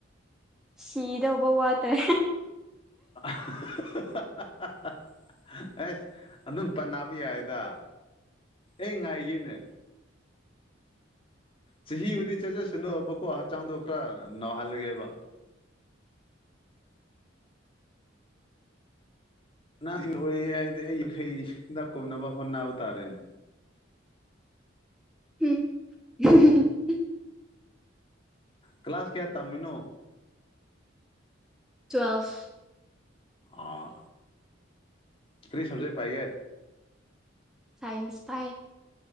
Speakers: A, in the centre; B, on the left.
A: ꯁꯤꯗꯧꯕ ꯋꯥꯠꯇ꯭ꯔꯦ
B: ꯑ ꯑꯦꯁ ꯑꯗꯨꯝ ꯄꯟꯅꯕ ꯌꯥꯏꯗ ꯑꯩ ꯉꯥꯏꯒꯦꯅꯦ ꯆꯍꯤꯕꯨꯗꯤ ꯆꯠꯖꯁꯅꯨꯕꯀꯣ ꯍꯛꯆꯥꯡꯗꯣ ꯈꯔ ꯅꯧꯍꯜꯂꯒꯦꯕ ꯅ <unintelligible> ꯍꯥꯏꯗꯤ ꯑꯩꯒꯤꯈꯩ ꯀꯨꯝꯅꯅꯕ ꯍꯣꯟꯅꯕ ꯇꯥꯔꯦꯅꯦ
A: <unintelligible>
B: ꯀ꯭ꯂꯥꯁ ꯀꯌꯥ ꯇꯝꯃꯤꯅꯣ
A: ꯇ꯭ꯋꯦꯜꯐ
B: ꯑꯥ ꯀꯔꯤ ꯁꯕꯖꯩ ꯄꯥꯏꯒꯦ
A: ꯁꯥꯏꯟꯁ ꯄꯥꯏ